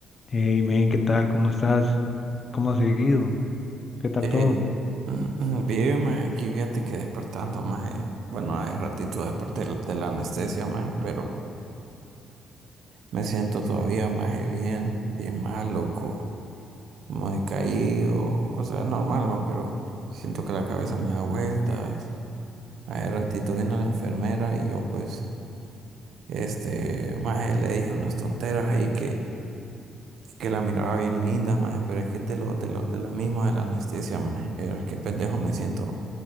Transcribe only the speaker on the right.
Eh,
<clears throat> bien, maje, aquí fíjate que despertando, maje. Bueno, hace ratito desperté l- de la anestesia, maje, pero me siento todavía, maje, bien, bien mal, loco. Como decaído, o sea, es normal, va, pero siento que la cabeza me da vueltas. Hace ratito vino la enfermera y yo, pues, este, maje, le dije unas tonteras ahí que, que la miraba bien linda, maje, pero es que es de los, de los, de la misma de la anestesia, maje. Era que pendejo me siento,